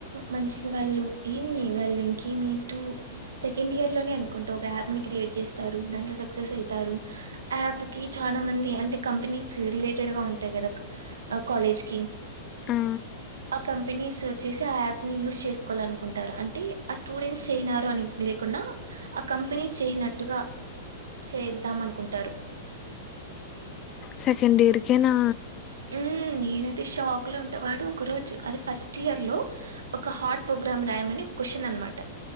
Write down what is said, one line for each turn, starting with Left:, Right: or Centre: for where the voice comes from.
Right: మంచిగ వాళ్ళు ఏమి వాళ్ళు ఇంకేమి టూ సెకండ్ ఇయర్ లోనే అనుకుంట ఒక యాప్ ని క్రియేట్ చేస్తారు దాంట్లో సక్సెస్ అయి టరు యా ప్ కి చాల మంది అంటే కంపెనీస్ రిలేటెడ్ గా ఉంటాయి కదా కాలేజ్ కి
Left: ఆ
Right: అ కం పెనీస్ వచ్చేసి ఆ యాప్ ని యూస్ చేసుకోవాలనుకుంటారు అంటే ఆ స్టూడెంట్స్ చేయినారు అని లేకుండా ఆ కంపెనీస్ చేయనట్టుగా చేద్దాం అనుకుంటారు
Left: సెకండ్ ఇయర్కేనా
Right: ఉ నేనైతే షాక్ లో ఉంటే వాడు ఒక రోజు అది ఫస్ట్ ఇయర్ లో ఒక హాట్ ప్రోగ్రామ్ రాయమని క్వషన్ అన్మాట